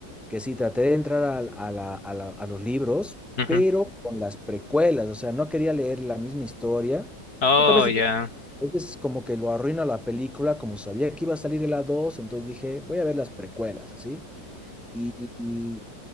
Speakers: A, in the centre; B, on the left.
A: que sí, traté de entrar al- a, la- a la- a los libros,
B: Ujú.
A: pero con las precuelas. O sea, no quería leer la misma historia,
B: Oh,
A: porque a veces,
B: ya.
A: a veces como que lo arruina la película, como sabía que iba a salir en la 2, entonces dije, voy a ver las precuelas, así. y